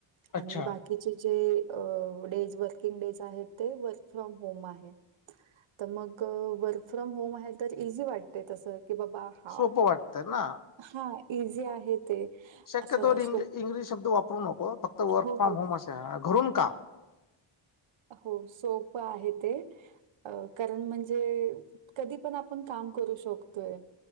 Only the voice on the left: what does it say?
अच्छा
सोपं वाटतं ना
शक्यतोवर्
इंग्लिश शब्द वापरू नको फक्त वर्क
फ्रॉम
होम असे. घरून काम